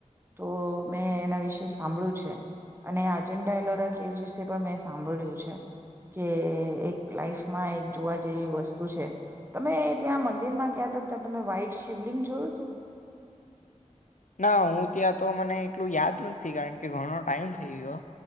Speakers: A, on the right; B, on the left.
A: તો મેં એના વિશે સાંભળ્યું છે અને આજન્ટા એલોરા કેવસ વિશે પણ મેં સાંભળ્યું છે કે એક લાઈફમાં એક જોવા જેવી વસ્તુ છે તમે ત્યાં મંદિરમાં ગયા હતા ત્યાં તમે વ્હાઈટ શિવલિંગ જોયું હતું.
B: ના હું ત્યાં તો મને એટલું યાદ નથી કારણ કે ઘણો ટાઈમ થઈ ગયો.